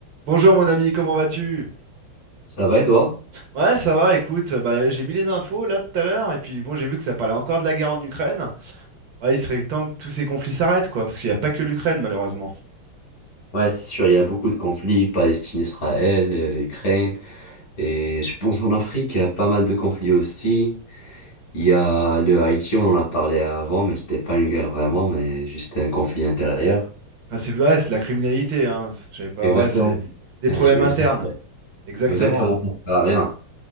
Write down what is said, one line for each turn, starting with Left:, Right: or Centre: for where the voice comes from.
Right: Bonjour mon ami, comment vas-tu?
Left: Ça va et toi?
Right: Ouais, ça va, écoute, euh, bah, j'ai mis les infos là tout à l'heure, et puis bon, j'ai vu que ça parlait encore de la guerre en Ukraine. Ouais, il serait temps que tous ces conflits s'arrêtent, quoi, parce qu'il n'y a pas que l'Ukraine, malheureusement.
Left: Ouais, c'est sûr, il y a beaucoup de conflits, Palestine, Israël, euh, Ukraine, et je pense en Afrique, il y a pas mal de conflits aussi. Il y a le Haïti, on en a parlé avant, mais c'était pas une guerre vraiment, mais juste un conflit intérieur.
Right: Enfin, c'est ouais, c'est de la criminalité, hein. Je savais pas,
Left: Exactement.
Right: ouais, c'est c'est des
Left: Ouais,
Right: problèmes
Left: je-
Right: internes,
Left: ça fait-
Right: exactement.
Left: Exactement, ça sert à rien.